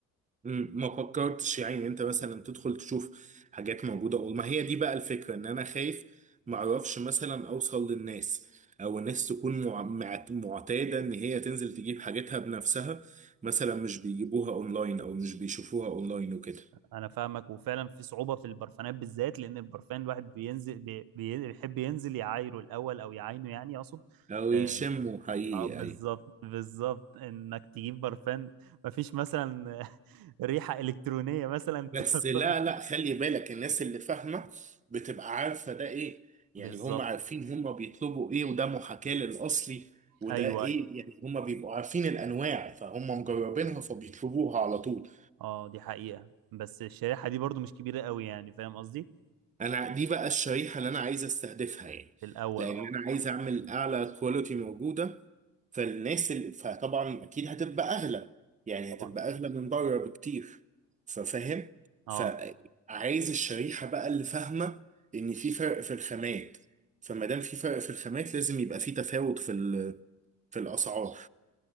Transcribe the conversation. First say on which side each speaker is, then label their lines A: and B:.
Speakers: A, on the right (about 20°); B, on the right (about 70°).
A: مم، ما فكرتش يعني انت مثلا تدخل تشوف حاجات موجودة اقول ما هي دي بقى الفكرة ان انا خايف ما اعرفش مثلا اوصل للناس او الناس تكون مع- مع- معتادة ان هي تنزل تجيب حاجتها بنفسها مثلا مش بيجيبوها اونلاين او مش بيشوفوها اونلاين وكده
B: انا فاهمك وفعلا في صعوبه في البرفانات بالذات لان البرفان الواحد بينزل بي بي- بيحب ينزل يعايره الاول او يعاينه يعني اقصد
A: او
B: اه
A: يشموا حقيقي
B: آه، بالظبط
A: اي
B: بالظبط انك تجيب برفان مفيش مثلا <laughs> ريحه الكترونيه مثلا
A: بس
B: <laughs>
A: لا
B: توصل-
A: لا خلي بالك الناس اللي فاهمة بتبقى عارفة ده ايه يعني
B: بالظبط
A: هم عارفين هم بيطلبوا ايه وده محاكاة للأصلي وده
B: ايوه
A: ايه
B: ايوه
A: يعني هم بيبقوا عارفين الأنواع فهم مجربينها فبيطلبوها على طول
B: اه دي حقيقه بس الشريحه دي برضو مش كبيره قوي يعني فاهم قصدي
A: انا دي بقى الشريحه اللي انا عايز استهدفها يعني
B: في الاول
A: لان
B: اه
A: انا عايز اعمل اعلى كواليتي موجوده فالناس اللي فطبعا اكيد هتبقى اغلى يعني
B: طبعا
A: هتبقى اغلى من بره بكتير ففاهم
B: اه
A: فعايز الشريحه بقى اللي فاهمه ان في فرق في الخامات فما دام في فرق في الخامات لازم يبقى في تفاوت في ال- في الاسعار